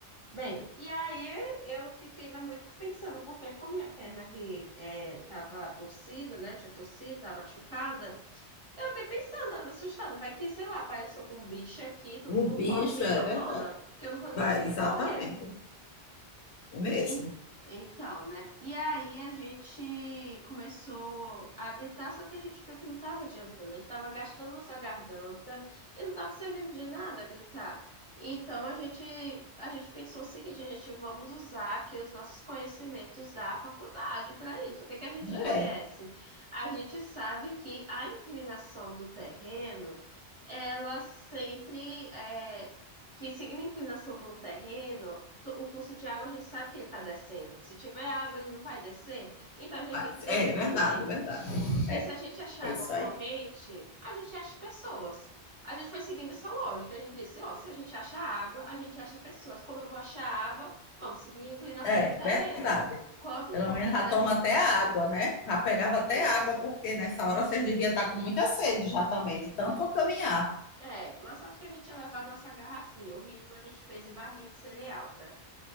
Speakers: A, on the right; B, on the left.
A: Bem, e aí eu fiquei ainda muito pensando, porque com minha perna que é, tava torcida, né, tinha torcida, tava machucada, eu fiquei pensando, assustada, vai que, sei lá, aparece algum bicho aqui, todo
B: Um
A: mundo
B: bicho,
A: corre e me abandona,
B: é verdade.
A: que eu não vou nem
B: Vai,
A: conseguir
B: exatamente.
A: correr.
B: É mesmo?
A: E- Então, né? E aí a gente começou a gritar, só que a gente viu que não estava adiantando, a gente estava gastando nossa garganta e não estava servindo de nada gritar. Então a gente, a gente pensou o seguinte, a gente vamos usar aqui os nossos conhecimentos da faculdade para isso. O que que a gente
B: É,
A: conhece? A gente sabe que a inclinação do terreno, ela sempre é, que seguindo a inclinação do terreno to- o curso de água a gente sabe que ele está descendo. Se tiver água, ele não vai descer. Então a gente
B: mas,
A: tem que descer
B: é verdade,
A: também.
B: é verdade.
A: Porque
B: É.
A: se a gente achar
B: É
A: água
B: isso
A: corrente,
B: aí.
A: a gente acha pessoas. A gente foi seguindo essa lógica. A gente disse, ó, se a gente acha água, a gente acha pessoas. Como eu vou achar água? Vamos seguir a inclinação
B: É,
A: do terreno.
B: verdade.
A: ó. Quanto
B: Pelo
A: for
B: menos
A: mais
B: já
A: des...
B: toma até água, né? Já pegava até água,
A: Isso.
B: porque nessa hora vocês deviam estar com muita sede já também, de tanto caminhar.
A: É, mas acho que a gente ia levar nossa garrafinha. O mínimo a gente fez em barrinha de cereal, né?